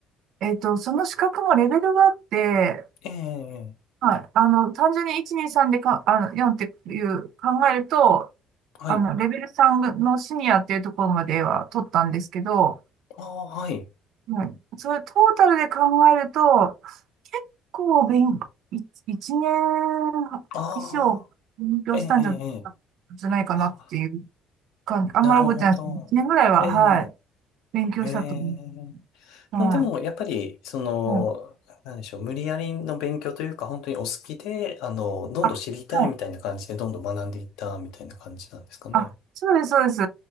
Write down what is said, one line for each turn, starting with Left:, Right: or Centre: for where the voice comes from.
Right: えっと、その資格もレベルがあって、
Left: ええ、
Right: はい。あの、単純に1、2、3でか、あの、4っていう考えると、
Left: はい。
Right: あの、レベル3のシニアっていうところまでは取ったんですけど、
Left: ああ、はい。
Right: はい、それトータルで考えると、結構勉、い一年以上勉強したんじゃ、
Left: ああ、ええ、ええ
Right: じゃないかなっていう
Left: あ、
Right: 感じ。あんまり覚えてないですけど、
Left: なるほど。
Right: 一年ぐらいは、
Left: ええ、
Right: はい、勉強したと思
Left: ええ、
Right: う。は
Left: でも、やっぱり、その、
Right: い。はい。
Left: なんでしょう、無理やりの勉強というか、本当にお好きで、あの、どんどん知りたいみたいな感じで、
Right: あ、はい。
Left: どんどん学んでいったみたいな感じなんですかね。
Right: あ、そうです、そうです。